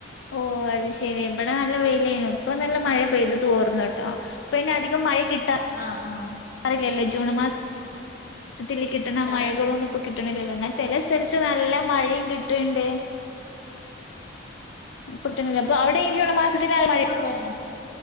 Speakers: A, on the left; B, on the left.
A: ഓഹ് അത് ശെരി ഇബടെ നല്ല വെയിലേന് ഇപ്പൊ നല്ല മഴ പെയ്ത് തോർന്നുട്ടോ പിന്നെധികം മഴ കിട്ടാ
B: ആഹ് ആഹ്
A: അതില്ലല്ലേ ജൂൺ മാസ് സ്ത്തില് കിട്ടണ
B: ട്ടാറില്ല
A: മഴകളൊന്നും ഇപ്പൊ കിട്ടണില്ലല്ലോ എന്ന ചെല സ്ഥലത്ത് നല്ല മഴയും കിട്ട്ണ്ട് ഇപ്പൊ കിട്ടണില്ല അപ്പൊ അവിടെ ഇ ജൂൺ മാസത്തിനാല് മഴ
B: കുറവന്നെ